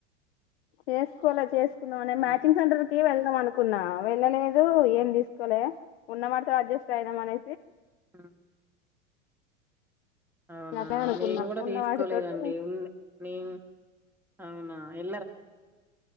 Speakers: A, on the left; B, in the centre.
A: చేసుకోలే చేసుకుందాం అనే మ్యాచింగ్
B: ఆహా!
A: సెంటర్ కి వెళ్దాం అనుకున్నా వెళ్ళలేదు ఏం తీసుకోలే ఉన్నమాడతో అడ్జస్ట్ అయిదాం అనే
B: ఆ అవునా
A: అట్లే అనుకున్నా
B: మేము కూడా
A: ఉన్న
B: తీసుకోలేదండి
A: వాటితోటి
B: ఉ నీం అవునా ఎ